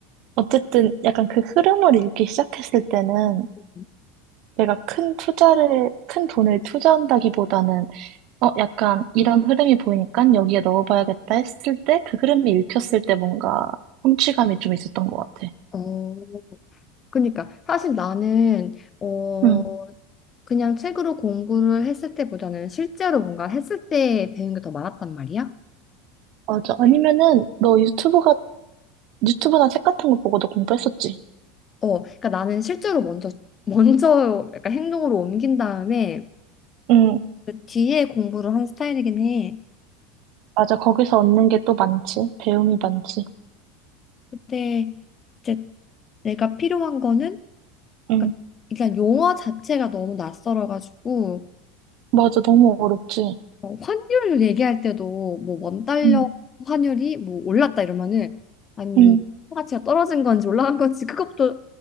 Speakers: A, on the right (about 55°); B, on the left (about 30°).
A: 어쨌든 약간 그 흐름을 읽기 시작했을 때는
B: 음.
A: 내가 큰 투자를, 큰 돈을 투자한다기보다는, 어, 약간 이런 흐름이 보이니까 여기에 넣어봐야겠다 했을 때, 그 흐름이 읽혔을 때 뭔가 성취감이 좀 있었던 것 같아.
B: 어, 그러니까 사실 나는 어
A: 음.
B: 그냥 책으로 공부를 했을 때보다는 실제로 뭔가 했을 때 배운 게 더 많았단 말이야.
A: 맞아. 아니면은 너 유튜브 같은 유튜브나 책 같은 거 보고도 공부했었지.
B: 어, 그러니까 나는 실제로 먼저 <laughs> 먼저 약간 행동으로 옮긴 다음에
A: 응,
B: 그 뒤에 공부를 한 스타일이긴 해.
A: 맞아. 거기서 얻는 게 또 많지. 배움이 많지.
B: 그때 이제 내가 필요한 거는
A: 응,
B: 그러니까 일단 용어 자체가 너무 낯설어가지고
A: 맞아. 너무 어렵지.
B: 어, 환율 얘기할 때도 뭐 원 달러
A: 응,
B: 환율이 뭐 올랐다 이러면은 아니
A: 응,
B: 가치가 떨어진 건지 올라간 건지 그것부터